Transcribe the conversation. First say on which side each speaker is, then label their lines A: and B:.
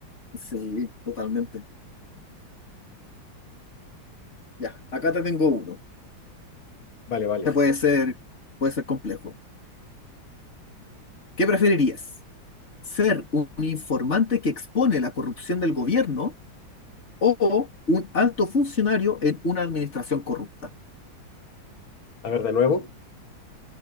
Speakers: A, on the left; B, on the left.
A: Sí, totalmente. Ya, acá te tengo uno.
B: Vale, vale.
A: Que puede ser, puede ser complejo. ¿Qué preferirías? ¿Ser un informante que expone la corrupción del gobierno o un alto funcionario en una administración corrupta?
B: A ver, de nuevo.